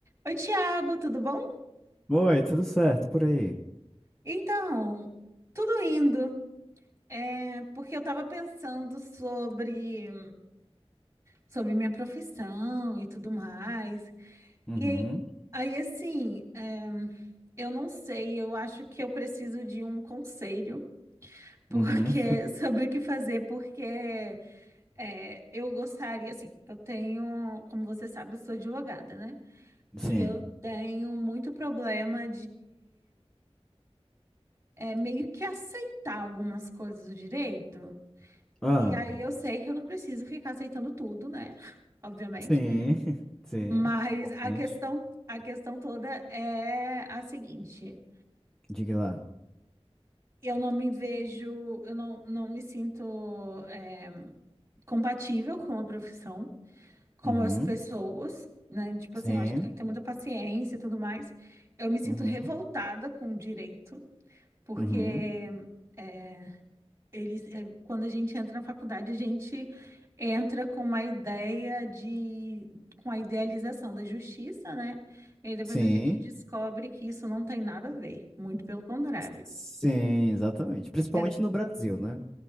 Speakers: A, on the right; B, in the centre.
A: Oi, Tiago, tudo bom?
B: Oi, tudo certo por aí?
A: Então, tudo indo. É porque eu tava pensando sobre sobre minha profissão e tudo mais.
B: Uhum,
A: E aí, aí assim, é, eu não sei, eu acho que eu preciso de um conselho porque
B: uhum.
A: <laughs> sobre o que fazer, porque é, eu gostaria, assim, eu tenho, como você sabe, eu sou advogada, né?
B: <laughs>
A: E
B: Sim.
A: eu tenho muito problema é meio que aceitar algumas coisas do direito.
B: Ah,
A: E aí eu sei que eu não preciso ficar aceitando tudo, né? <laughs> Obviamente.
B: sim, <laughs> sim.
A: Mas
B: Importante.
A: a questão, a questão toda é a seguinte:
B: Diga lá.
A: eu não me vejo, eu não, não me sinto é, compatível com a profissão, com
B: Uhum,
A: as pessoas. Né? Tipo
B: sim,
A: assim, eu acho que tem que ter muita paciência e tudo mais. Eu me sinto
B: uhum,
A: revoltada com o direito, porque
B: uhum,
A: é, Eles, é, quando a gente entra na faculdade, a gente entra com uma ideia de, com a idealização da justiça, né? E aí depois
B: sim,
A: a gente descobre que isso não tem nada a ver, muito pelo contrário.
B: sim, exatamente. Principalmente
A: É,
B: no Brasil, né?